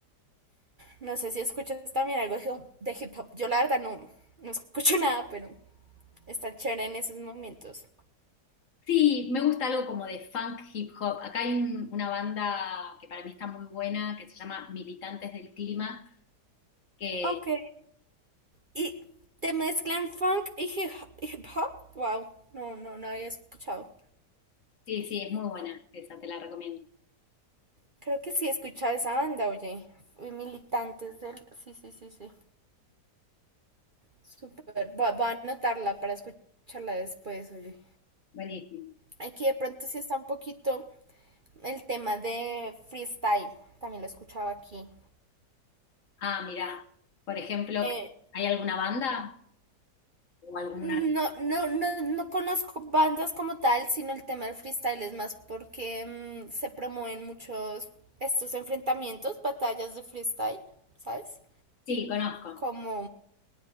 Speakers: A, on the right; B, on the left.
A: No sé si escuchas también algo de hip de hip hop. Yo la verdad no, no escucho <laughs> nada, pero está chévere en esos momentos.
B: Sí, me gusta algo como de funk hip hop. Acá hay un- una banda que para mí está muy buena, que se llama Militantes del Clima, que
A: Ok. ¿Y te mezclan funk y hip hip hop? Wow, no, no, no había escuchado.
B: sí, sí, es muy buena, esa te la recomiendo.
A: Creo que sí he escuchado esa banda, oye. Y Militantes del... Sí, sí, sí, sí. Súper. Voy a, voy a anotarla para escucharla después, oye.
B: Buenísimo.
A: Aquí de pronto sí está un poquito el tema de freestyle. También lo he escuchado aquí.
B: Ah, mirá, por ejemplo,
A: Eh,
B: ¿hay alguna banda o alguna?
A: no, no, no, no conozco bandas como tal, sino el tema del freestyle es más porque mm, se promueven muchos estos enfrentamientos, batallas de freestyle, ¿sabes?
B: Sí, conozco.
A: Como